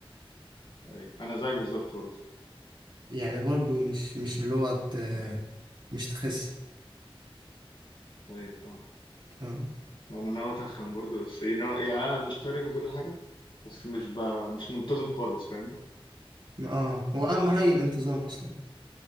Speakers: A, on the left; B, on the right.
A: طيب انا زيك بالظبط برضه
B: يعني برضو مش مش اللي هو ت-
A: يعني
B: مش تخس
A: طيب اه
B: اه
A: ما انا ناوي اتخن برضه بس ايه ناوي يعني انا مشترك وكل حاجه بس مش ب... مش منتظم خالص فاهمني
B: اه هو اهم حاجه الانتظام اصلا